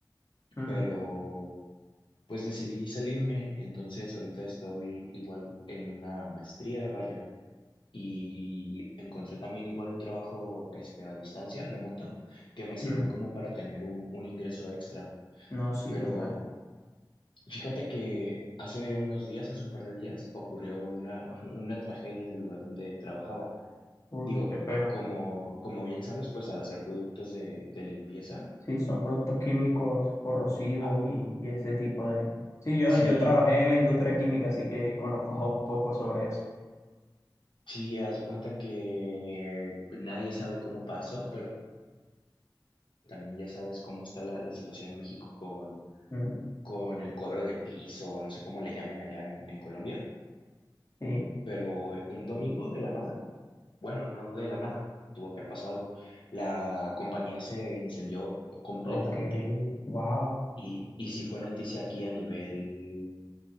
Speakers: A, on the left; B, on the left.
A: mm,
B: pero pues decidí salirme, entonces ahorita estoy igual en una maestría, vaya, y encontré también igual un trabajo este, a distancia, remoto, que me sirve
A: mm,
B: como para tener un, un ingreso extra,
A: No, sí,
B: pero
A: total.
B: fíjate que hace unos días, hace un par de días, ocurrió una, <laughs> una tragedia en el lugar donde trabajaba.
A: Uy,
B: Digo,
A: qué feo.
B: como, como bien sabes, pues al hacer productos de, de limpieza,
A: Sí, son productos químicos corrosivos
B: ah,
A: y, y ese tipo de... Sí, yo,
B: sí.
A: yo trabajé en la industria química, así que conozco <laughs> un poco sobre eso.
B: Sí, haz de cuenta que nadie sabe cómo pasó, pero también ya sabes cómo está la, la situación en México con,
A: Mm,
B: con el cobro de piso, no sé cómo le llamen allá en, en Colombia,
A: sí,
B: pero un domingo de la nada, bueno, no de la nada, tuvo que haber pasado algo. La compañía se incendió completamente
A: ok, wow.
B: y, y sí fue noticia aquí a nivel